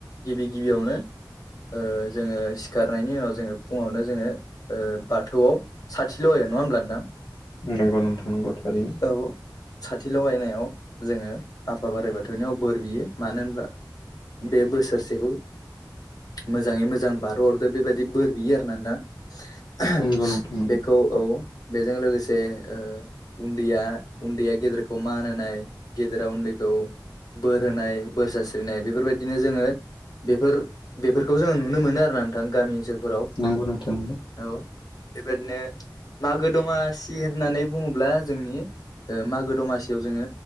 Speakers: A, on the left; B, on the left.
A: गिबि गिबियावनो ओ जोङो सिखारनायनि उनाव जोङो फुङावनो जोङो ओ बाथौआव साथिल' होयो। नङा होमब्ला नोंथां?
B: नांगौ नोंथां नंगौ थारैनो।
A: औ साथि ल'गायनायाव जोङो आफा बोराइ बाथौनिाव बोर बियो मानो होनब्ला बे बोसोरसेखौ मोजाङै मोजां बारहो‌ हरदो बेबायदि बोर बियो आरो ना नोंथां।
B: नंगौ नोंथां
A: बेखौ औ बेजों लोगोसे ओ उन्दैया-उन्दैया गेदेरखौ मान होनाय गेदेरा उन्दैखौ बोर होनाय बोर सास्रिनाय बेफोरबायदिनो जोङो बेफोर बेफोरखौ जोङो नुनो मोनो ना नोंथां गामि ओनसोलफोराव
B: नोंगौ नोंथां
A: औ बेबायदिनो मागो दमासि होननानै बुङोब्ला जोंनि ओ मागो दमासियाव जोङो